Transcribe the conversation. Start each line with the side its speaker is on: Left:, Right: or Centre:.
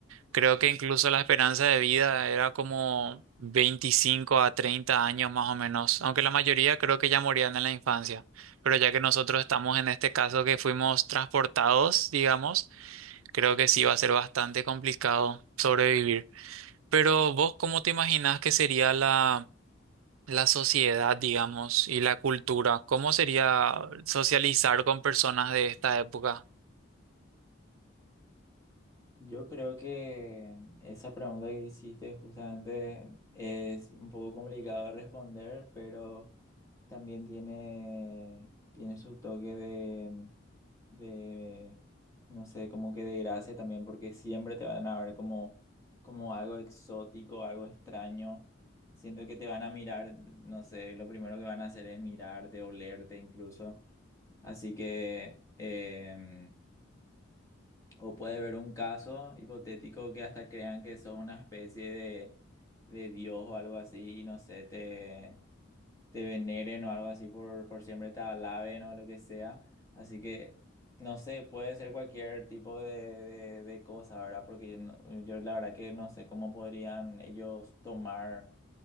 Right: Creo que incluso la esperanza de vida era como 25 a 30 años más o menos, aunque la mayoría creo que ya morían en la infancia. Pero ya que nosotros estamos en este caso que fuimos transportados, digamos, creo que sí va a ser bastante complicado sobrevivir. Pero vos, ¿cómo te imaginás que sería la, la sociedad, digamos, y la cultura? ¿Cómo sería socializar con personas de esta época?
Left: Yo creo que esa pregunta que hiciste justamente es un poco complicado de responder, pero también tiene, tiene su toque de, de, no sé, como que de gracia también, porque siempre te van a ver como, como algo exótico, algo extraño. Siento que te van a mirar, no sé, lo primero que van a hacer es mirarte, olerte incluso. Así que... em, o puede haber un caso hipotético que hasta crean que sos una especie de, de Dios o algo así y no sé, te, te veneren o algo así por, por siempre, te alaben o lo que sea. Así que, no sé, puede ser cualquier tipo de, de, de cosa, ¿verdad? Porque yo, no- yo la verdad que no sé cómo podrían ellos tomar